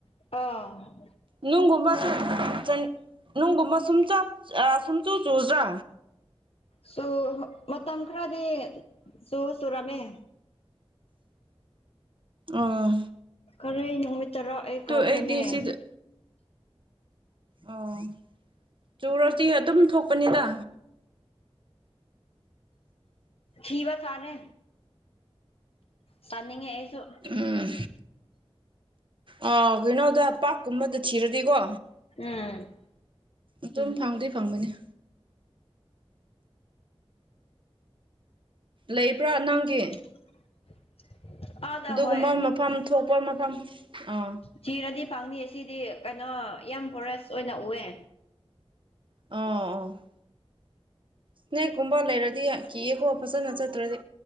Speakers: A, on the left; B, on the right.
A: ꯑꯥ
B: ꯅꯨꯡꯒꯨꯝꯕ ꯁꯨꯝ ꯅꯨꯡꯒꯨꯝꯕ ꯁꯨꯝ ꯁꯨꯝꯆꯨ ꯆꯨꯗ꯭ꯔꯥ
A: ꯆꯨ ꯃꯇꯝ ꯈꯔꯗꯤ ꯆꯨ ꯆꯨꯔꯝꯃꯦ
B: ꯑꯥ
A: ꯀꯔꯤ ꯅꯨꯃꯤꯠ ꯇꯔꯥ ꯑꯩ ꯀꯥꯎꯈ꯭ꯔꯦꯅꯦ
B: ꯑꯩꯗꯤ ꯁꯤꯗ ꯑꯣ ꯆꯨꯔꯗꯤ ꯑꯗꯨꯝ ꯊꯣꯛꯄꯅꯤꯗ
A: ꯊꯤꯕ ꯊꯥꯅꯦ ꯆꯥꯅꯤꯡꯉꯦ ꯑꯩꯁꯨ
B: ꯎꯝ ꯑ ꯀꯩꯅꯣꯗ ꯄꯥꯛꯀꯨꯝꯕꯗ ꯊꯤꯔꯗꯤꯀꯣ
A: <unintelligible>
B: ꯑꯗꯨꯝ ꯐꯪꯗꯤ ꯐꯪꯕꯅꯤ ꯂꯩꯕ꯭ꯔꯥ ꯅꯪꯒꯤ
A: <unintelligible>
B: ꯑꯗꯨꯒꯨꯝꯕ
A: ꯍꯣꯏ
B: ꯃꯐꯝ ꯊꯣꯛꯄ ꯃꯐꯝ ꯑꯥ
A: ꯆꯤꯔꯗꯤ ꯐꯪꯅꯤꯌꯦ ꯁꯤꯗꯤ ꯀꯩꯅꯣ ꯌꯥꯝ ꯐꯣꯔꯦꯁ ꯑꯣꯏꯅ ꯎꯑꯦ
B: ꯑꯣ ꯏꯁꯅꯦꯛꯀꯨꯝꯕ ꯂꯩꯔꯗꯤ ꯀꯤꯌꯦꯀꯣ ꯐꯖꯅ ꯆꯠꯇ꯭ꯔꯗꯤ